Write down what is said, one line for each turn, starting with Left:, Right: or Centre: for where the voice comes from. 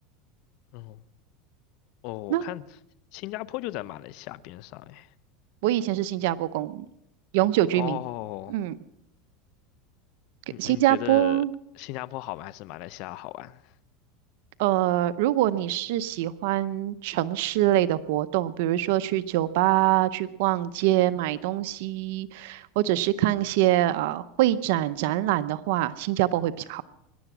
Left: 嗯，哦，我看新加坡就在马来西亚边上诶。
Right: 那我以前是新加坡公永久居民，
Left: 哦，
Right: 嗯，
Left: 你那你觉得新加坡好玩还是马来西亚好玩？
Right: 新加坡。呃，如果你是喜欢城市类的活动，比如说去酒吧、去逛街、买东西，或者是看一些啊呃会展展览的话，新加坡会比较好。